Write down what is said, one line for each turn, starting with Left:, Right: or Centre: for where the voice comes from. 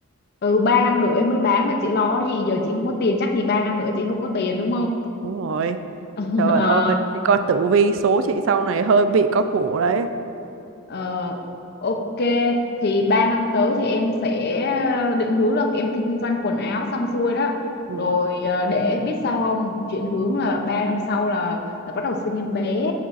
Left: ừ ba năm nữa em mới bán mà chị lo gì giờ chị không có tiền chắc gì ba năm nữa chị không có tiền đúng không
Right: đúng rồi
Left: <laughs>
Right: trời
Left: ờ,
Right: ơi chị coi tử vi số chị sau này hơi bị có củ đấy
Left: ờ, ok thì ba năm tới thì em sẽ ờ, định hướng là em kinh doanh quần áo xong xuôi đó
Right: ừ.
Left: rồi ờ, để biết sao không chuyển hướng là ba năm sau là, là bắt đầu sinh em bé